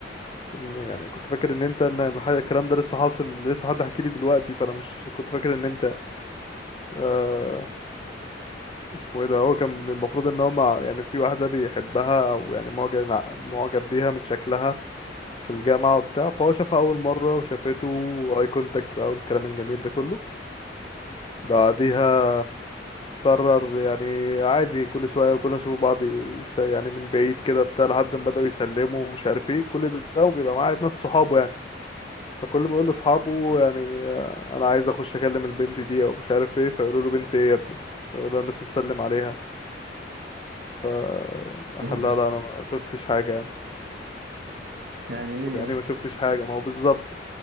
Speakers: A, on the left (about 30°); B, on the right (about 65°).
A: ان يعني كنت فاكر ان انت ان الح- الكلام ده لسه حاصل لسه حد حكي لي دلوقتي فانا مش كنت فاكر ان انت آه اسمه ايه ده هو كان المفروض ان هو مع يعني في واحدة بيحبها او يعني معجب معجب بيها من شكلها في الجامعة وبتاع فهو شافها أول مرة وشافته واي كونتاكت بقى والكلام الجميل ده كله بعديها قرر يعني عادي كل شوية كل ما يشوفوا بعض يس- يعني من بعيد كده بتاع لحد ما بدأوا يسلموا ومش عارف ايه كل ده وبيبقى معاه ناس صحابه يعني فكل ما يقول لأصحابه يعني آه، أنا عايز أخش أكلم البنت دي أو مش عارف ايه فيقولوا له بنت ايه يا ابني فيقولوا له أنا لسه مسلم عليها ف
B: ايه
A: لا
B: ده
A: لا انا ما شفتش حاجه يعني
B: يعني ايه
A: طب يعني
B: يعني
A: إيه ما شفتش حاجه ما هو بالظبط